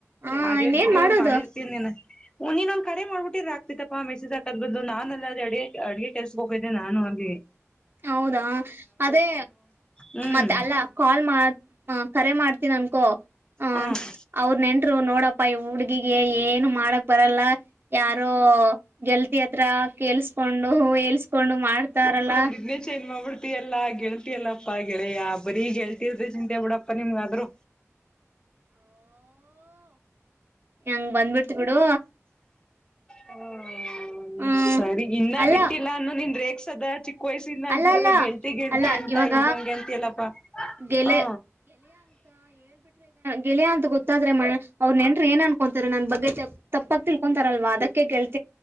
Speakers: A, on the right (about 45°); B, on the left (about 15°).
A: ಹ
B: ಆಡಿಯೋ
A: ಇನ್ನೇನ್
B: ಗಿಡಿಯೋ
A: ಮಾಡೋದು
B: ಮಾಡಿರ್ತೀನಿ ನೀನ್ ಹ್ ಇನ್ೊಂದ್ ಕರೆ ಮಾಡ್ಬಿಟ್ಟಿದ್ರೆ ಆಗ್ತತ್ತಪ್ಪ ಮೆಸೇ್ ಆಾಕದ ಬದಲ್ ನಾನ ಅಲ್ಲ ಅದೆಡೆ ಅಡ್ಗೆ ಕೆಲ್ಸ ಹೋಗಿದ್ದೆ ನಾನು ಆ ಹಾಗಗ್ಲಿ
A: ಹೌದಾ ಅದೇ
B: ಹ್ಮ್
A: ಮತ್ತೆ ಅಲ್ಲ ಕಾಲ್ ಮಾಡ್ ಹ ಕರೆ ಮಾಡ್ತಿ ಅನ್ಕೋ ಹ
B: ಹ್ಮ್
A: ಅವ್ರ ನೆನ್ ನೋಡಪ್ಪಾ ಈ ಹುಡ್ಗಿಗೆ ಏನು ಮಾಡಕ್ ಬರಲ್ಲ ಯಾರೋ ಗೆಲ್ತಿ ಹತ್ರ ಕೆಲ್ಸ್ಕೊಂಡು ಎಲ್ಸ್ಕೊಂಡು ಮಾಡ್ತಾರಲ್ಲ
B: ಇ ಚೈನ್ಮ ಅವ ತ ಎಲ್ಲಾ ಗೆಳ್ತಿಯಲ್ಲಪ್ಪಾ ಗೆಳೆಯ ಬರೀ ಗೆಳ್ತರ್ದ ಚಿಂತೆ ಬಿಿಡಪ್ಪಾ ನಿಮ್ಗಾದ್ರು
A: ಹೆಂಗ ಬಂದ್ಬಿಡ್ತಿ ಬಿಡು
B: ಹ್ಮ
A: ಹ್ಮ್
B: ಸರಿ ಇನ್ನ
A: ಅಲ್ಲ
B: ಬಿಟ್ಟಿಲ್ಲ ಅನ್ನ ನಿಂದ ರೇಕ್ ಸದ ಚ ಕೊಯ್ಸಿಂದ ಅಂತಿದೆಲ್ಲ
A: ಅಲ್ಲ ಅಲ್ಲ
B: ಗೆಲ್ತಿ ಗೆಲ್ತಿ
A: ಅಲ್ಲ
B: ಅಂತ
A: ಇವಾಗ
B: ಈಗ ಹಂಗೆ ಅಂತಿಯಲ್ಲಪಾ
A: ಗೆಲೆ
B: ಹ
A: ಗೆಳಾ ಅಂತ ಗೊತ್ತಾದ್ರೆ ಅವ್ ನೆನ್ ಏನ್ ಅನ್ಕೋಂತತಾರೆ ನನ್ ಬಗ್ಗೆ ತಪ್ಪಕ್ ತಿಳ್ಕೊಂತಾರಲ್ವಾ ಅದ ೇ